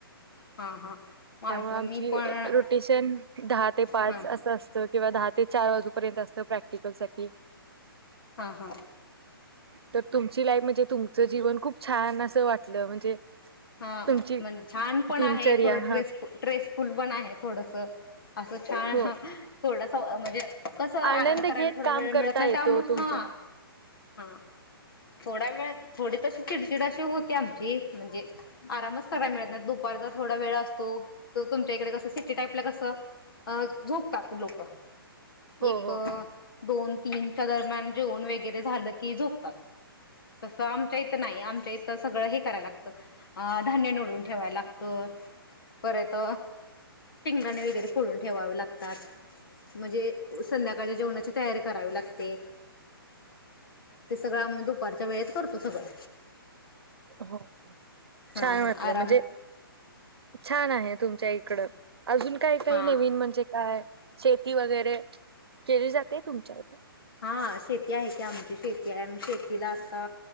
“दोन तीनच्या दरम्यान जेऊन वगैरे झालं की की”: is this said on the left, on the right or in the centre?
Left